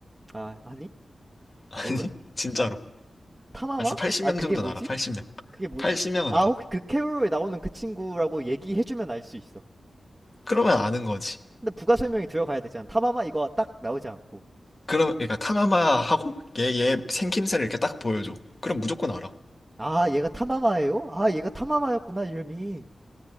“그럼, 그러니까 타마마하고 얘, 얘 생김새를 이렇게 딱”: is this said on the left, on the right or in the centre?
Left